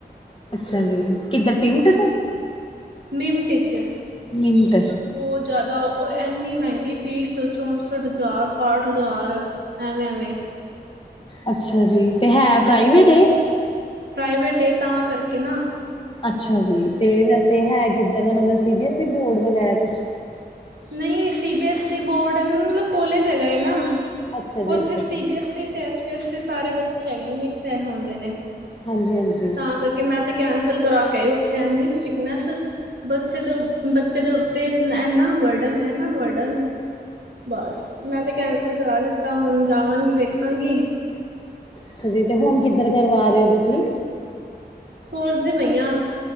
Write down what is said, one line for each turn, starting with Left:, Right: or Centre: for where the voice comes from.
Left: ਅੱਛਾ ਜੀ ਕਿੱਧਰ ਟੀਮਟ 'ਚ
Right: ਨਿਮਟ 'ਚ।
Left: ਨਿਮੰਟ।
Right: ਬਹੁਤ ਜ਼ਿਆਦਾ ਔਰ ਇੰਨੀ ਮਹਿੰਗੀ ਫੀਸ ਚੌਸਠ ਹਜ਼ਾਰ, ਸਾਠ ਹਜ਼ਾਰ ਐਵੇ-ਐਵੇ
Left: ਅੱਛਾ ਜੀ, ਤੇ ਹੈ ਪ੍ਰਾਈਵੇਟ ਏ
Right: ਪ੍ਰਾਈਵੇਟ ਏ ਤਾਂ ਕਰਕੇ ਨਾ
Left: ਅੱਛਾ, ਜੀ ਤੇ ਵੈਸੇ ਹੈ ਕਿੱਧਰ ਦਾ ਮਤਲਬ C B S E board ਵਗੈਰਾ ਕੁਛ।
Right: ਨਹੀਂ C B S E board ਮਤਲਬ ਕੋਲੇਜ ਹੈਗਾ ਏ ਨਾ‌
Left: ਅੱਛਾ ਜੀ
Right: ਉੱਥੇ
Left: ਅੱਛਾ
Right: ਸੀ
Left: ਜੀ
Right: ਬੀ ਐੱਸ ਈ ਤੇ ਐਚ ਪੀ ਐੱਸ ਈ ਸਾਰੇ ਬੱਚੇ ਹੈਗੇ ਨੇ ਮਿਕਸ ਹੈ ਹੁੰਦੇ ਨੇ
Left: ਹਾਂਜੀ-ਹਾਂਜੀ‌।
Right: ਤਾਂ ਕਰਕੇ ਮੈਂ ਤੇ ਕੈਂਸਲ ਕਰਾ ਕੇ ਆਈ ਉੱਥੇ ਐਨੀ ਸਿਕਨੈਸ ਬੱਚੇ ਦੇ ਬੱਚੇ ਦੇ ਉੱਤੇ ਇਨਾ ਵਰਡਨ ਇਨਾ ਵਰਡਨ ਬਸ ਮੈਂ ਤਾਂ ਕੈਂਸਲ ਕਰਾ ਦਿੱਤਾ ਹੁਨ ਜਾਵਾਂਗੀ ਵੇਖਾਂਗੀ
Left: ਅੱਛਾ ਜੀ। ਤੇ ਹੁਣ ਕਿੱਧਰ ਕਰਵਾ ਰਹੇ ਔ ਤੁਸੀਂ
Right: ਸੋਚ ਦੀ ਪਈ ਆਂ